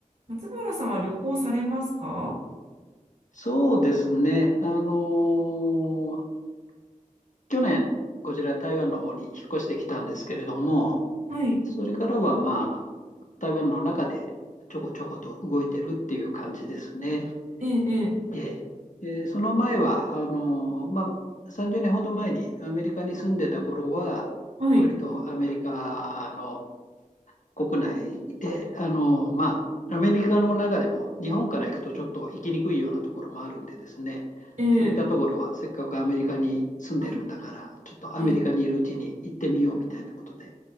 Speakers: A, on the right; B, on the left.
A: 松原さんは旅行されますか
B: そうですね。あのー去年、こちら台湾の方に引っ越してきたんですけれども、
A: はい。
B: それからはまあ、台湾の中でちょこちょこと動いてるっていう感じですね。
A: ええ、ええ、
B: ええでその前は、あのーまあ、30年ほど前にアメリカに住んでた頃は、
A: はい。
B: 割とアメリカの国内で、あの、まあ、アメリカの中でも日本から行くとちょっと行きにくいようなところもあるんでですね、
A: ええ、
B: そういったところはせっかくアメリカに住んでるんだから、
A: ああ、
B: ちょっとアメリカにいるうちに行ってみようみたいなことで
A: ええ、